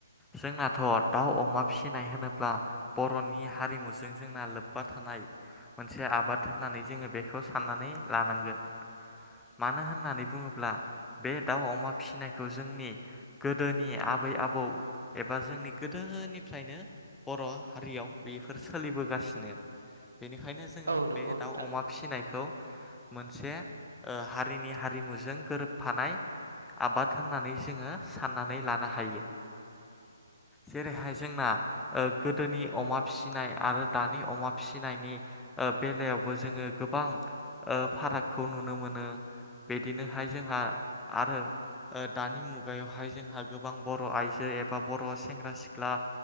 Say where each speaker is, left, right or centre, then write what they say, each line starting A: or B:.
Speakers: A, in the centre; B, on the right (about 85°).
A: जोंनाथ' दाउ अमा फिसिनाय होनोब्ला बर'नि हारिमुजों जोंना लोब्बा था नाय मोनसे आबाद होननानै जोङो बेखौ साननानै लानांगोन। मानो होननानै बुङोब्ला बे दाउ अमा फिसिनायखौ जोंनि गोदोनि आबै आबौ एबा जोंनि गोदोनिफ्रायनो बर' हारियाव बेफोर सोलिबोगासिनो बेनिखायनो जोङो
B: औ नंगौ
A: बे दाउ
B: नोंथां
A: अमा फिसिनायखौ मोनसे ओ हारिनि हारिमुजों गोरोबफानाय आबाद होननानै जोङो साननानै लानो हायो।
B: <unintelligible>
A: जेरैहाय जोंना ओ गोदोनि अमा फिसिनाय आरो दानि अमा फिसिनायनि ओ बेलायावबो जोङो गोबां ओ फारागखौ नुनो मोनो। बिदिनोहाय जोंहा आरो ओ दानि मुग गायावहाय जोंहा गोबां बर' आइजो एबा बर' सेंग्रा सिख्ला